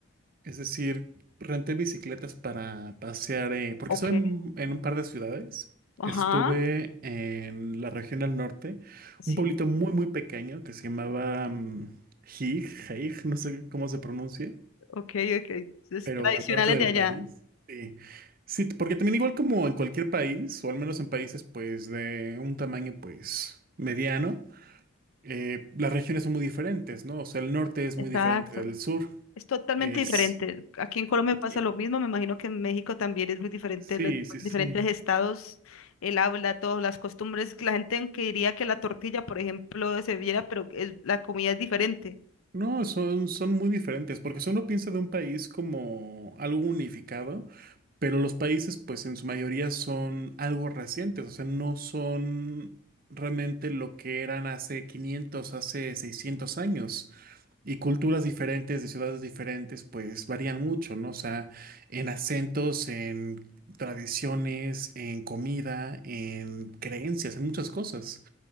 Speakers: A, on the right; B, on the left.
A: Es decir, renté bicicletas para pasear, eh, porque
B: Ok.
A: estuve en, en un par de ciudades.
B: Ajá,
A: Estuve en la región al norte,
B: sí,
A: un pueblito muy, muy pequeño que se llamaba mm, Jij, Jij, no sé cómo se pronuncia,
B: ok, ok. Entonces,
A: pero
B: tradicionales
A: al norte del
B: de allá.
A: país. Sí. Sí, porque también igual como en cualquier país, o al menos en países pues de un tamaño pues mediano, eh, las regiones son muy diferentes, ¿no? O sea, el norte es
B: Exacto.
A: muy diferente del sur.
B: Es totalmente
A: Es...
B: diferente. Aquí en Colombia pasa
A: Sí,
B: lo mismo. Me imagino que en México también es muy diferente,
A: sí,
B: los
A: sí.
B: diferentes
A: sí.
B: estados, el habla, todas las costumbres. La gente aunque diría que la tortilla, por ejemplo, se viera, pero es- la comida es diferente.
A: No, son, son muy diferentes, porque si uno piensa de un país como algo unificado, pero los países pues en su mayoría son algo recientes, o sea, no son realmente lo que eran hace 500, hace 600 años. Y culturas diferentes, de ciudades diferentes, pues varían mucho, ¿no? O sea, en acentos, en tradiciones, en comida, en creencias, en muchas cosas.